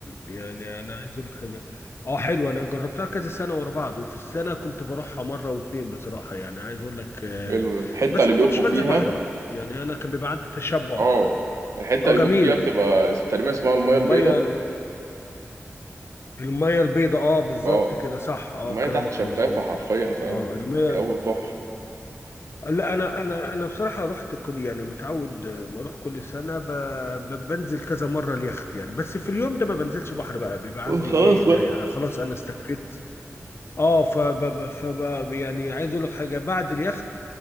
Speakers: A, on the left; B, on the right.
A: يعني انا عايز اقول لك حاجه اه حلوه انا جربتها كذا سنه ورا بعض وفي السنه كنت بروحها مره واتنين بصراحه يعني عايز اقول لك آه،
B: الحته
A: بس
B: اللي
A: ما
B: بيقفوا
A: كنتش بنزل
B: فيها
A: بحر بقى يعني انا كان بيبقى عندي تشبع
B: اه الحته
A: اه
B: اللي
A: جميله
B: بيقفوا فيها بتبقى تقريبا اسمها المايه
A: الميه
B: البيضاء
A: الميه البيضاء اه بالظبط
B: اه
A: كده صح اه
B: المايه
A: كلامك
B: تحت شفافه
A: مظبوط
B: حرفيا فاهم
A: اه الميه
B: جو تحفه
A: لا انا انا انا بصراحه رحت كل يعني متعود آه، ما اروح كل سنه ب... ب... بنزل كذا مره اليخت يعني بس في اليوم ده ما بنزلش بحر بقى بيبقى عندي
B: خلاص
A: ايه
B: بقى
A: زي يعني خلاص انا استكفيت اه فب... ب- فب... يعني عايز اقول لك حاجه بعد اليخت